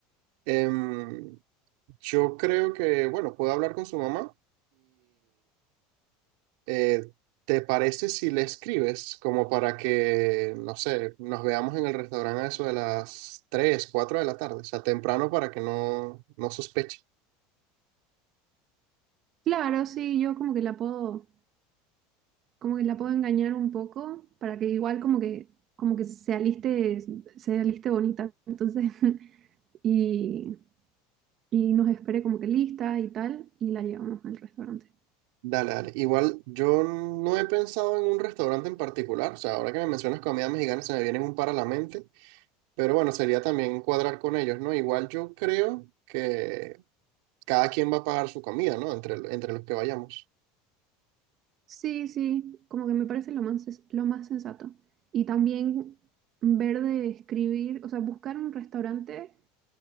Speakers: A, on the right; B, on the right.
A: Em, yo creo que, bueno, puedo hablar con su mamá eh, ¿te parece si le escribes como para que, no sé, nos veamos en el restaurante a eso de las 3 4 de la tarde? O sea, temprano para que no, no sospeche.
B: Claro, sí, yo como que la puedo, como que la puedo engañar un poco para que igual como que, como que se aliste, se aliste bonita, entonces, <laughs> y, y nos espere como que lista y tal, y la llevamos al restaurante.
A: Dale, dale. Igual yo no he pensado en un restaurante en particular. O sea, ahora que me mencionas comida mexicana se me vienen un par a la mente. Pero bueno, sería también cuadrar con ellos, ¿no? Igual yo creo que cada quien va a pagar su comida, ¿no? Entre, entre los que vayamos.
B: Sí, sí, como que me parece lo más, sens- lo más sensato. Y también ver de escribir, o sea, buscar un restaurante